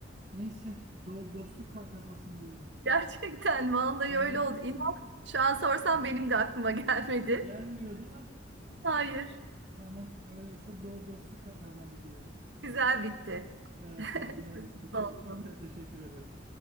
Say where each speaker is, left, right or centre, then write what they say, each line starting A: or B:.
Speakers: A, on the right; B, on the right.
A: Neyse. Do dostluk ka- kazansın diyelim.
B: Gerçekten vallahi
A: Yani
B: öyle oldu. İnan şu an sorsam benim de aklıma <laughs> gelmedi.
A: gelmiyor değil mi?
B: Hayır.
A: Tamam. Öyleyse do dostluk ka- kazandı diyelim.
B: Güzel bitti.
A: Evet,
B: <laughs>
A: güzel bitti.
B: Mutlu
A: Çok
B: oldum.
A: çok te- teşekkür ederim.